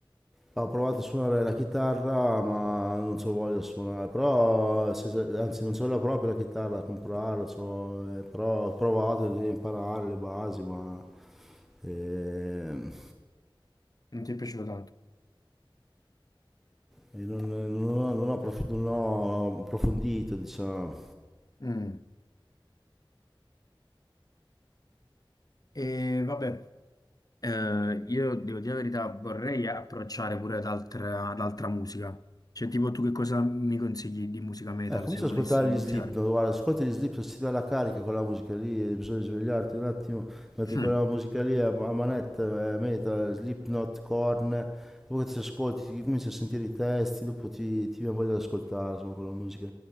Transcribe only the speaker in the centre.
Ho provato a suonare la chitarra, ma non c'ho voglia di suonare, però, se- se- anzi, non c'ho la proprio la chitarra da comprarla, c'ho- eh, però ho provato a imparare le basi, ma ehm,
e non, non ho, non ho approf- non ho approfondito, diciamo.
Eh, comincia
ad ascoltare
gli Slipknot, guarda, ascolti gli Slipknot, si dà la carica con la musica lì, e bisogna svegliarti un attimo, metti
quella musica lì a, a manetta, eh, metal, Slipknot, Korn, dopo che ti ascolti, ti cominci a sentire i testi, dopo ti, ti viene voglia di ascoltare, insomma, quella musica